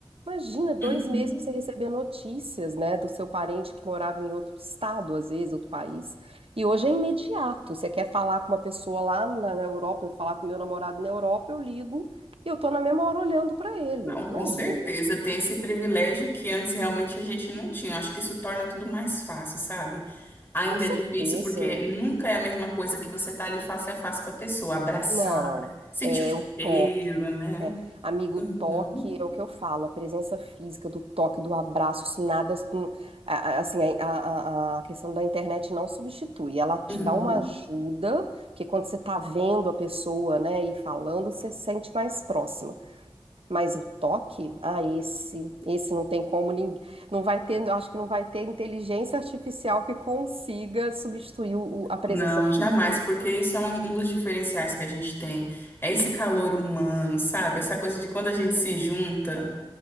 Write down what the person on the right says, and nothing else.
Imagina, dois
meses para você receber notícias, né, do seu parente que morava em outro estado, às vezes, outro país. E hoje é imediato. Você quer falar com uma pessoa lá na, na Europa, eu falar com meu namorado na Europa, eu ligo e eu tô na mesma hora olhando para ele.
Imagina,
com certeza.
Não,
é
o toque.
É, amigo,
o toque é o que eu falo, a presença física do toque, do abraço, isso nada, não- a- a- assim, a, a- a questão da internet não substitui, ela te
dá uma ajuda, porque quando você tá vendo a pessoa, né, e falando, você se sente mais próxima, mas o toque, ah, esse, esse não tem como, ninguém, não vai ter, eu acho que não vai ter inteligência artificial que consiga substituir o- o- a presença
física.